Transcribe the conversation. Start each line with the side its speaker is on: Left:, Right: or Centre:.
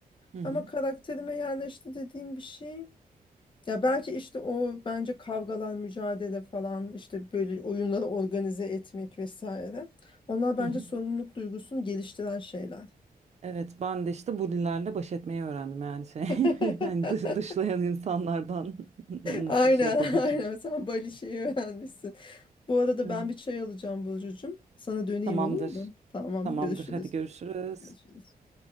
Right: Hı hı.
Left: Ama karakterime yerleşti dediğim bir şey. Ya belki işte o bence kavgalar, mücadele falan işte böyle oyunları organize etmek vesaire. Onlar bence
Right: Hı hı.
Left: sorumluluk duygusunu geliştiren şeyler.
Right: Evet ben de işte bulilerle baş etmeyi öğrendim yani şey.
Left: <laughs>
Right: <laughs> Yani dış, dışlayan insanlardan <laughs> nasıl
Left: Aynen
Right: şey yapabileceğim.
Left: <laughs> aynen sen Bali şeyi öğrenmişsin. Bu arada
Right: Evet.
Left: ben bir çay alacağım Burcucuğum. Sana döneyim
Right: Tamamdır.
Left: olur mu? Tamam
Right: Tamamdır
Left: görüşürüz.
Right: hadi görüşürüz.
Left: Görüşürüz.